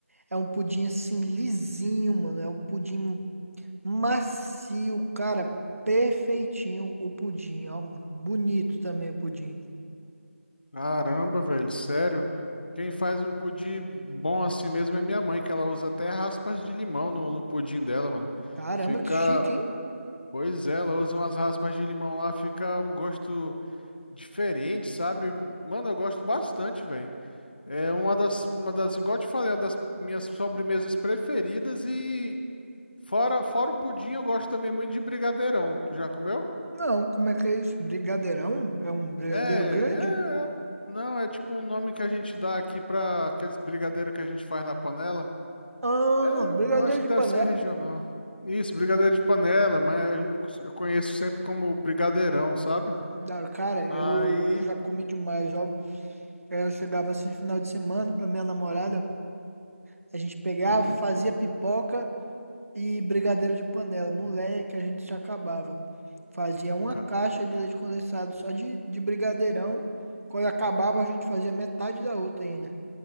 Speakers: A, on the right; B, on the left.
A: É um pudim assim lisinho, mano. É um pudim macio, cara. Perfeitinho o pudim, ó, mano. Bonito também o pudim.
B: Caramba, velho, sério? Quem faz um pudim bom assim mesmo é minha mãe, que ela usa até raspas de limão no, no pudim dela, mano.
A: Caramba,
B: Fica.
A: que chique, hein?
B: Pois é, ela usa umas raspas de limão lá, fica um gosto diferente, sabe? Mano, eu gosto bastante, velho. É uma das, uma das, igual eu te falei, é uma das minhas sobremesas preferidas e fora, fora o pudim, eu gosto também muito de brigadeirão. Tu já comeu?
A: Não, como é que é isso? Brigadeirão? É um brigadeiro
B: É, é,
A: grande?
B: não, é tipo um nome que a gente dá aqui pra aqueles brigadeiro que a gente faz na panela.
A: Ah,
B: É, eu
A: brigadeiro
B: acho que
A: de
B: deve
A: panela.
B: ser regional. Isso, brigadeiro de panela, mas eu, eu conheço sempre como brigadeirão, sabe?
A: não dá. Cara, eu,
B: Aí,
A: eu já comi demais, ó. Eu chegava assim no final de semana com a minha namorada. A gente pegava,
B: hum,
A: fazia pipoca. e brigadeiro de panela. Moleque, a gente já acabava. Fazia uma
B: ca-
A: caixa de leite condensado só de, de brigadeirão. Quando acabava, a gente fazia metade da outra ainda.